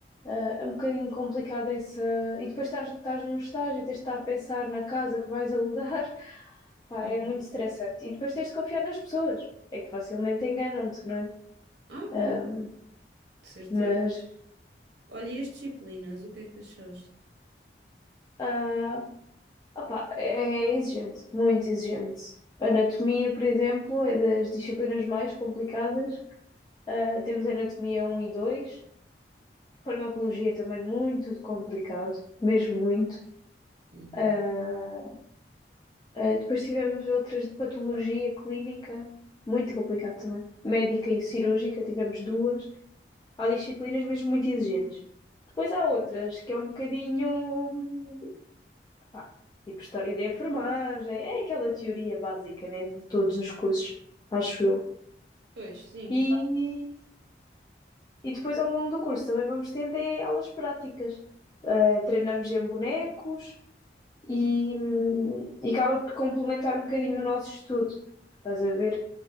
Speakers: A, on the left (about 20°); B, on the right (about 80°).
A: Ah, é um bocadinho complicado essa. E depois estás, estás num estágio e tens de estar a pensar na casa que vais <laughs> alugar. Pá,
B: Hum.
A: é muito estressante. E depois tens de confiar nas pessoas. É que facilmente enganam-te, não é?
B: Ah,
A: Ah,
B: pois, de certeza.
A: mas.
B: Olha, e as disciplinas, o que é que achaste?
A: ah opá, é é exigente, muito exigente. Anatomia, por exemplo, é das disciplinas mais complicadas. Ah, temos anatomia um e dois Farmacologia também muito complicado, mesmo muito.
B: Uhum.
A: Ah, ah, depois tivemos outras de patologia clínica, muito complicado também. Médica e cirúrgica, tivemos duas. Há disciplinas mesmo muito exigentes. Depois há outras que é um bocadinho, hum, pá, tipo história da enfermagem, é aquela teoria básica, né, de todos os cursos, acho eu.
B: Pois, sim.
A: E, e depois ao longo do curso também vamos tendo é, aulas práticas. Ah, treinamos em bonecos, e, e acaba por complementar um bocadinho o nosso estudo. Estás a ver?